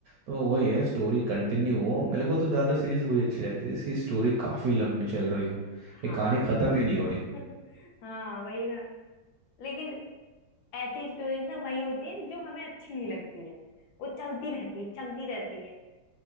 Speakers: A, on the right; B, on the left.
A: तो वही है स्टोरी कंटिन्यू हो मेरे को तो ज़्यादातर सीरीज वही अच्छी लगती है जिसकी स्टोरी काफ़ी लंबी चल रही हो
B: हाँ
A: कि कहानी ख़त्म ही नहीं हो
B: <laughs>
A: रही
B: हाँ वही ना लेकिन ऐसी स्टोरीज ना वही होती है जो हमें अच्छी नहीं लगती है वो चलती रहती है चलती रहती है